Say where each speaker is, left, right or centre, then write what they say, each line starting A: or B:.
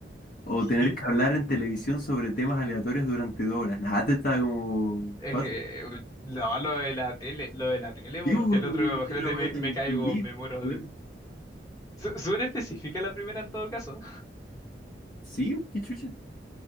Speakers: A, on the left; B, on the left.
A: O tener
B: Sí.
A: que hablar en televisión sobre temas aleatorios durante dos horas. Nada, te está como
B: Eh,
A: fácil.
B: no, lo de la tele, lo de la tele, porque
A: digo porque
B: el
A: la
B: otro, imagínate,
A: otra wea
B: me,
A: te,
B: me caigo,
A: te morí.
B: me muero
A: weón.
B: así. Su- Súper específica la primera en todo caso.
A: Sí, qué chucha.